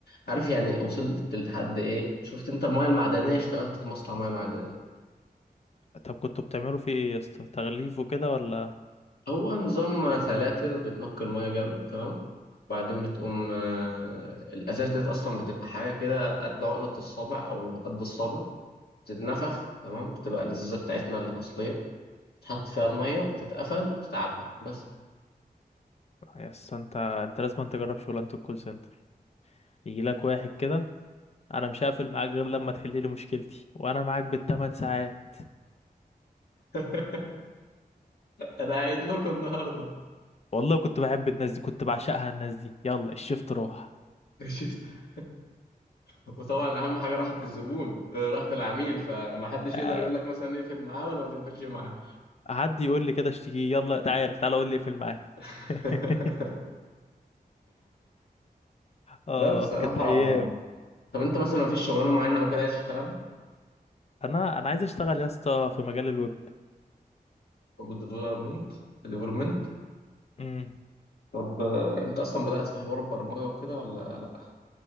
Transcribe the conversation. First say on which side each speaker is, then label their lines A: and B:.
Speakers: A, on the left; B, on the left.
A: عارف يعني وصلت لحد ايه شفت انت المياه المعدنية اشتغلت في مصنع مياه معدنية
B: طب كنتوا بتعملوا فيه ايه يا اسطى تغليف وكده ولا
A: هو نظام فلاتر بتنقي المياه جامد تمام بعدين بتقوم آه، الازاز ديت اصلا بتبقى حاجة كده قد عقلة الصابع او قد الصابع بتتنفخ تمام بتبقى الازازة بتاعتنا الاصلية تحط فيها المية تتقفل تتعبى بس
B: يا اسطى انت انت لازم تجرب شغلانه الكول سنتر يجي لك واحد كده انا مش هقفل معاك غير لما تحل لي مشكلتي وانا معاك بالثمان ساعات
A: <laughs> انا قايل لكم النهارده
B: والله كنت بحب الناس دي كنت بعشقها الناس دي يلا الشفت راح
A: <laughs> وطبعا اهم حاجه راحه الزبون آه، راحه العميل فمحدش يقدر
B: آه،
A: يقول لك مثلا اقفل معاه ولا ما تقفلش معاه
B: حد يقول لي كده اشتكيه يلا تعال تعال قول لي اقفل معاه
A: <laughs>
B: <laughs> اه
A: لا بصراحه
B: كانت ايام
A: طب انت مثلا مفيش شغلانه معينه او كده عايز تشتغلها
B: انا انا عايز اشتغل يا اسطى في مجال الويب
A: بالديفلوبمنت ديفلوبمنت
B: امم
A: طب آه، انت اصلا بدات في حوار البرمجه وكده ولا لا